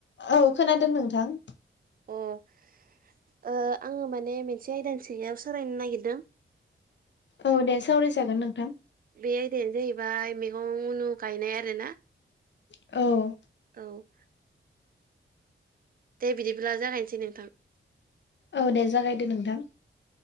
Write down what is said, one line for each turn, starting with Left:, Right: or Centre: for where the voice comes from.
Left: औ खोनादों नोंथां
Right: अ आङो माने मोनसे आयदानि साङायाव सावरायनो नागिरदों
Left: औ दे सावरायजागोन नोंथां
Right: बे आयदायानो जाहैबाय मैगं उनु गायनाय आरो ना
Left: औ
Right: औ दे बिदिब्ला जागायनोसै नोंथां
Left: औ दे जागायदो नोंथां